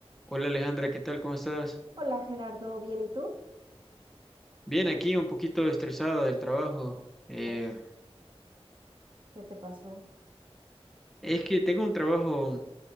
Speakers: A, in the centre; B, on the right.
A: Hola Alejandra, ¿qué tal? ¿Cómo estás?
B: Hola Gerardo, ¿bien y tú?
A: Bien, aquí un poquito estresado del trabajo. Eh,
B: Oh, ¿Qué te pasó?
A: es que tengo un trabajo